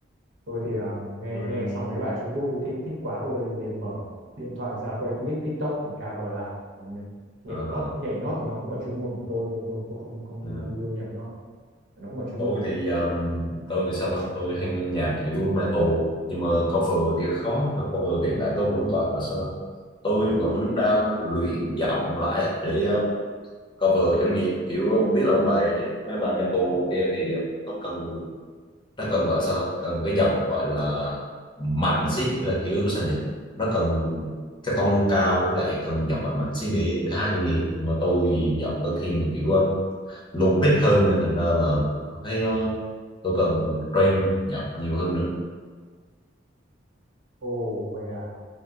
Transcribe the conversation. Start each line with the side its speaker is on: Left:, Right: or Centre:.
Right: tôi thì ờ, nghe
Left: Ừm,
Right: nghe xong mấy bài Trung Quốc tôi thích thích quá tôi liền mở điện thoại ra quay clip TikTok mình cover lại Còn nhảy
Left: ờ,
Right: nhót nhảy nhót thì nó không phải chuyên môn của tôi tôi tôi, tôi không không
Left: ừm.
Right: đăng video nhảy nhót nó không phải chuyên
Left: tôi
Right: môn
Left: thì um, tôi thì sao ta tôi hay nghe nhạc kiểu metal nhưng mà cover thì khó cover hiện tại tôi vẫn gọi là sao ta tôi vẫn đang luyện giọng lại để ờ, cover chẳng gì kiểu không biết là mấy bài mấy bài metal kia thì ờ, nó cần nó cần gọi sao ta? cần cái giọng gọi là mạnh xí là kiểu sao nhỉ nó cần cái tông cao lại cần giọng mạnh mạnh xí để để hát kiểu gì mà tôi thì giọng tôi thiên về kiểu um, low pitch hơn nên thành ra là thấy nó tôi cần train giọng nhiều hơn nữa
Right: ồ vậy à